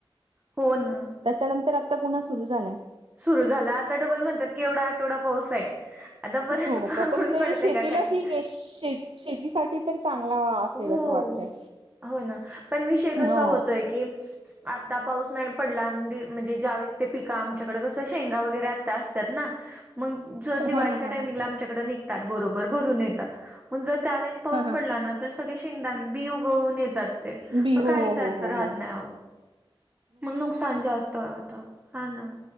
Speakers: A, on the right (about 20°); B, on the right (about 75°).
A: हो ना.
B: त्याच्यानंतर आता पुन्हा सुरू झालंय.
A: सुरू झाला आता डोबल म्हणतात की एवढा आठवडा पाऊस आहे. आता परत
B: हो का पण
A: ऊन
B: ते
A: पडतय
B: शेतीला
A: का काय काय
B: ठीक आहे श शेतीसाठी तर चांगला असेल
A: हो
B: असं वाटतंय.
A: हो ना पण विषय
B: हो.
A: कसा होतोय की आता पाऊस नाही पडला आणि म्हणजे ज्यावेळेस ते पिका आमच्याकडे कसं शेंगा वगैरे आता ना मग जर दिवाळीच्या
B: हा हा हा
A: टायमिंगला
B: हा
A: आमच्याकड निघतात बरोबर भरून येतात मग जर त्यावेळेस पाऊस
B: हा हा
A: पडला ना तर सगळे शेंगदा बि गळून येतात. ते.
B: बी
A: मग
B: हो
A: काहीच
B: हो हो
A: अर्थ
B: हो
A: राहत
B: हो
A: नाही आओ. मग नुकसान जास्त <unintelligible> होत. हा ना